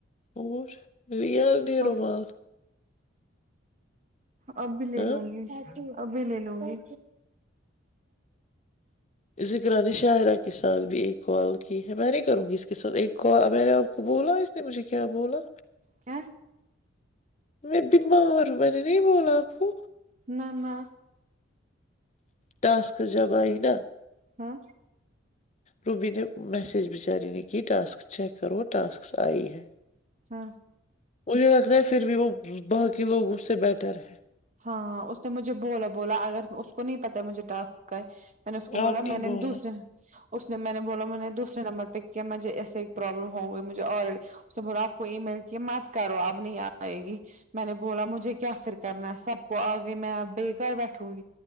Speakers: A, on the left; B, on the right.
A: اور ریئل دے
B: اب
A: رومال
B: اب بھی لے
A: ہاں
B: لوں گی ابھی لے لوں گی
A: ذکرا نے شاعرہ کے ساتھ بھی ایک کال کی ہے میں نے نہیں کروں گی اس کے ساتھ ایک کال میں نے آ کو بولا اس نے مجھے کیا بولا
B: کیا
A: میں بیمار ہوں میں نے نہیں بولا اپ کو
B: نہ نہ
A: ٹاسک جب ائے گی نا
B: ہاں
A: روبی نے میسیج بچاری نے کہ ٹاسک چیک کرو ٹاسک آئی ہے
B: ہاں
A: مجھے لگ رہا ہے پھر بھی وہ باہر کے لوگ مجھ سے بیٹر ہے
B: ہاں اس نے مجھے بولا بولا اگر اس کو نہیں پتا مجھے ٹاسک کا ہے میں نے اس
A: ہے
B: کو بولا
A: آپ نہیں
B: میں نے
A: بولنا
B: دوسرے اس نے میں نے بولا میں نے دوسرے نمبر پہ کیا مجھے ایسے ہے پروابلم ہوگی مجھے آلریڈی اس سے بولا آپ کوئی میل کی مت کرو اپ نہیں آئے گی میں نے بولا مجھے کیا پھر کرنا اس سب کو آگے میں ابھی گھر بیٹھوں گی